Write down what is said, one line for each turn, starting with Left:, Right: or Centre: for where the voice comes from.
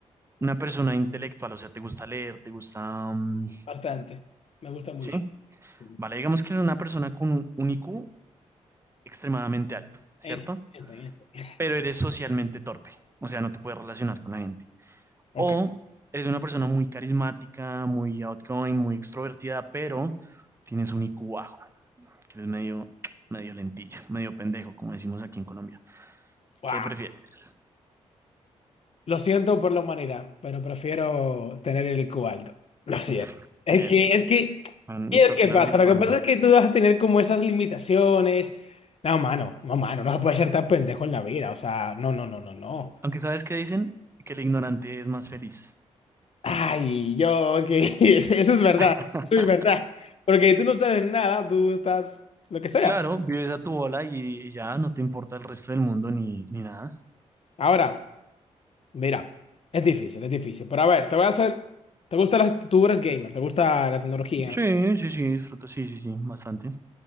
Right: una persona intelectual? O sea, ¿te gusta leer? ¿Te gusta...? mm,
Left: bastante. Me gusta mucho.
Right: sí.
Left: Sí.
Right: Vale, digamos que eres una persona con un, un IQ extremadamente alto, ¿cierto?
Left: Einstein, Einstein, Einstein.
Right: Pero eres socialmente torpe. O sea, no te puedes relacionar con la gente.
Left: Ok.
Right: O eres una persona muy carismática, muy outgoing, muy extrovertida, pero tienes un IQ bajo, que eres medio, medio lentillo, medio pendejo, como decimos aquí en Colombia.
Left: Wow.
Right: ¿Qué prefieres?
Left: Lo siento por la humanidad, pero prefiero tener el IQ alto. Lo siento.
Right: Uf,
Left: Es
Right: bien,
Left: que,
Right: bien.
Left: es que,
Right: Mm,
Left: ¿y el
Right: Chóquelas
Left: qué pasa?
Right: virtualmente.
Left: Lo que pasa es que tú vas a tener como esas limitaciones. No, mano, no, mano, no se puede ser tan pendejo en la vida. O sea, no, no, no, no, no.
Right: Aunque sabes qué dicen, que el ignorante es más feliz.
Left: Ay, yo, ok, <laughs> eso es verdad,
Right: <laughs>
Left: eso es verdad. Porque tú no sabes nada, tú estás lo que sea.
Right: Claro, vives a tu bola y, y ya no te importa el resto del mundo ni, ni nada.
Left: Ahora, mira, es difícil, es difícil. Pero a ver, te voy a hacer. ¿Te gusta las... Tú eres gamer, te gusta la tecnología,
Right: Sí, sí, sí, disfruto, sí, sí, sí, bastante.